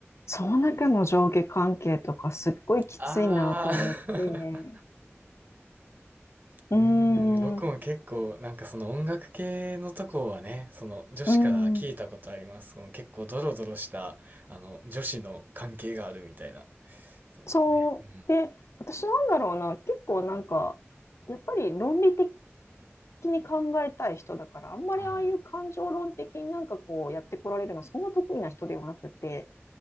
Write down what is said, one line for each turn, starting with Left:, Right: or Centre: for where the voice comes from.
Left: その中の上下関係とか、すっごいきついなと思って、
Right: ああ、<laughs>
Left: うーん、
Right: うーん、僕も結構、
Left: う
Right: なんかその音楽系のとこはね、その女子から聞いたことあります。
Left: ーん、
Right: その結構ドロドロした、あの、女子の関係があるみたいな。そうね。
Left: そう。
Right: う
Left: で、私なんだろうな、結構なんか、やっぱり論理的に考えたい人だから、あんまりああいう感情論的になんかこうやってこられるの、
Right: ん。はい。
Left: そんな得意な人ではなくて、